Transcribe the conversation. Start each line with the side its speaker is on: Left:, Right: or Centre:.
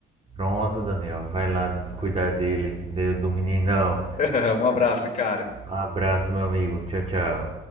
Right: Pronto, Daniel. Vai lá cuidar dele, do do meninão.
Left: <laughs> Um abraço, cara.
Right: Abraço, meu amigo. Tchau, tchau.